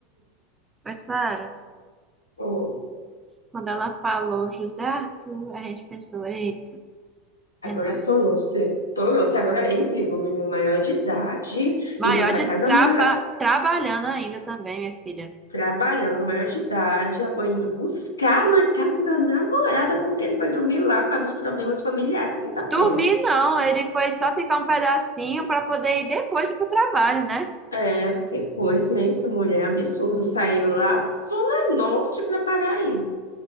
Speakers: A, on the right; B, on the left.
A: Mas, Clara.
B: Uhum.
A: Quando ela falou José Arthur, a gente pensou, eita, é
B: Agora
A: nós.
B: tornou-se, tornou-se, agora é incrível, o menino maior de idade,
A: Maiotti
B: indo para casa
A: traba,
B: da mora,
A: trabalhando ainda também, minha filha.
B: trabalhando maior de idade, a mãe indo buscar na casa da namorada, porque ele foi dormir lá por causa dos problemas familiares que tá
A: Dormir
B: tendo.
A: não, ele foi só ficar um pedacinho para poder ir depois ir pro trabalho, né?
B: É, que coisa, hein? Essa mulher é absurdo sair lá da Zona Norte para Paraí.